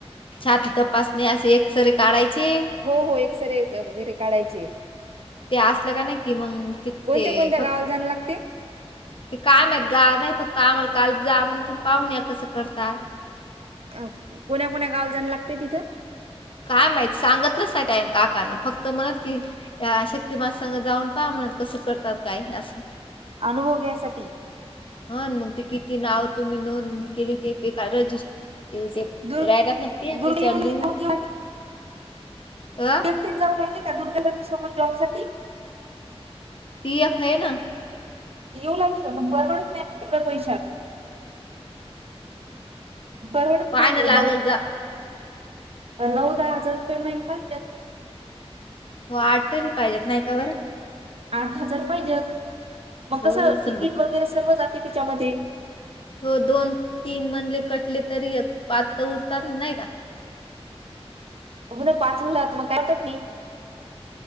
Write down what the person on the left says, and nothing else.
छाती तपासणे असे एक्सरे काढायचे.
ते असलं का नाही कि मंग तीत
ते
फक्
ते काय माहित? गा नाही फक्त आम्हाला काल जा म्हण पण पाहून या कसं करतात.
काय माहित? सांगतलंच नाही त्यानी का करना फक्त म्हणत कि या शक्तिमासंग जाऊन पहा म्हणत. कसं करतात, काय? हे असं.
ह न मग ते किती नाव तुम्ही नोंदनी केली ते बे रजी ते ते
राहतात न ते
तेच्यावर
लिहून
<inaudible> आं?
ती एक हाय ना.
पाहायला
लागल
जा
वाटला पाहिजेत नाही का बरं?
हो
समज
हो दोन तीन मनले कटले तरी एक पाच त उरतात. नाही का?